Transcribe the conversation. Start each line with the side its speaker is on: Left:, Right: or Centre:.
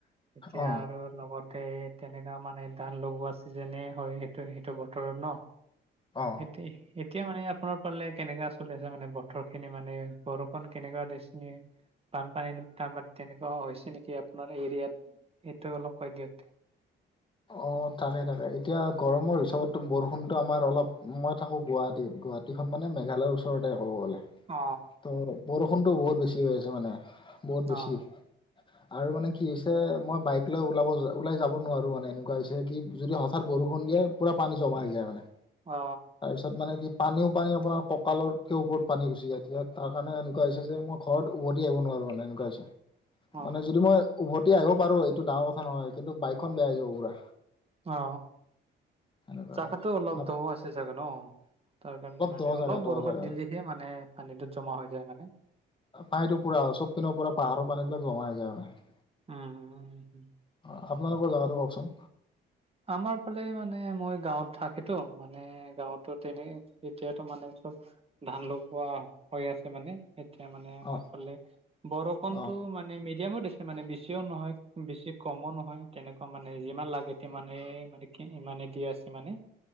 Right: এতিয়া
Left: অ
Right: আৰু লগতে তেনেকা মানে ধান লগোৱা চিজনে হয়। সেইটো বতৰত ন
Left: অ
Right: সেইতে এতিয়া মানে আপোনাৰ পালে কেনেকা চলি আছে মানে বতৰ খিনি মানে বৰষুণ কেনেকুৱা দেখিছেনে। বানপানী তেনেকুৱা হৈছে নেকি আপোনাৰ এৰিয়াত সেইটো অলপ কৈ দিয়ক।
Left: অ, থাকে থাকে এতিয়া গৰমৰ হিচাপতো বৰষুণতো আমাৰ অলপ মই থাকো গুৱাহাটীত গুৱাহাটী। নদীখন মানে মেঘালৰ ওচৰতে ক'ব গ'লে।
Right: অ,
Left: ত' বৰষুণটো বহুত বেছি হৈ আছে মানে বহুত
Right: অ
Left: বেছি আৰু মানে কি হৈছে মই বাইক ওলাব ওলাই যাব নোৱাৰো মানে এনেকুৱা হৈছে কি যদি হঠাৎ বৰষুণ দিয়ে পুৰা পানী জমা হৈ যায় মানে।
Right: অ।
Left: তাত মানে কি পানীও পানী আপোনাৰ কঁকালত ওপৰত পানী গুচি যায়। এতিয়া তাৰ কাৰণে এনেকুৱা হৈছে যে মই ঘৰত উভতি আহিব নোৱাৰোঁ মানে এনেকুৱা হৈছে।
Right: অ অ
Left: মানে যদি মই উভতি আহিব পাৰো এইটো ডাঙৰ কথা নহয়। কিন্তু বাইক খন বেয়া হৈ যাব পোৰা।
Right: অ
Left: এনেকুৱা
Right: তাকটো
Left: আৰু
Right: অলপ দও আছে চাগে ন। তাৰ কাৰণে মানে
Left: দ জেগা
Right: অলপ বৰষুণ
Left: দ জেগা
Right: দিলেহে মানে পানীটোত জমা হৈ যায় মানে।
Left: পানীটো পৰা চব পিনৰ পুৰা পাহাৰৰ পানী বিলাক জমা হৈ যায় মানে।
Right: উম।
Left: অ' আপোনালোকৰ জেগাটো কওকচোন
Right: আমাৰ ফালে মানে মই গাঁৱত থাকেতো মানে গাঁৱত এনেই এতিয়াতো মানে চব ধান লগোৱা হৈ আছে মানে সেই এতিয়া মানে আমাৰ
Left: অ
Right: ফালে বৰষুণতটো
Left: অ
Right: মানে মিডিয়ামো দিছে। মানে বেছিও নহয়, বেছি কমো নহয় তেনেকুৱা মানে যিমান লাগে সিমানে মানে। ইমানে দি আছে মানে।